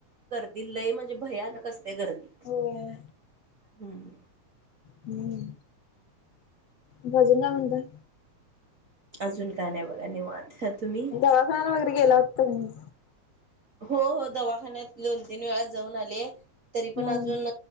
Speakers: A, on the right; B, on the left.
A: दिल्लय म्हणजे भयानक असते गर्दी
B: होय
A: हम्म.
B: हमम. मग आजून काय म्हणताय?
A: अजून काय नाही बघा निवांत. तुम्ही?
B: दवाखान्याला वगैरे गेला होता <unintelligible>
A: हो हो दवाखान्यात दोन तीन वेळा जाऊन आले. तरी पण
B: हम्म
A: अजून